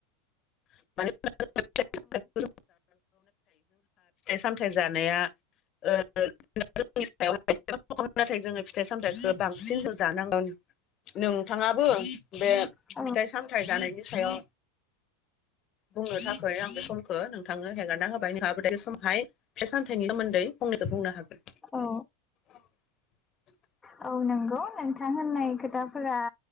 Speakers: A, on the left; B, on the left.
A: <unintelligible> फिथाइ सामथाय जानाया ओ जोंनि सायाव <unintelligible> नाथाय जोङो फिथाइ सामथायाइखौ बांसिनसो जानांगौ, नोंथाङाबो बे
B: औ
A: फिथाइ सामथाय जानायनि सायाव बुंनो थाखाय आं बे समखौ नोंथांनो हेगारना होबाय। नोंथांआबो बे समावहाय फिथाइ सामथाइनि सोमोन्दै फंनैसो बुंनो हागोन।
B: औ।
A: <inaudible>
B: औ नोंगौ। नोंथां होननाय खोथाफोरा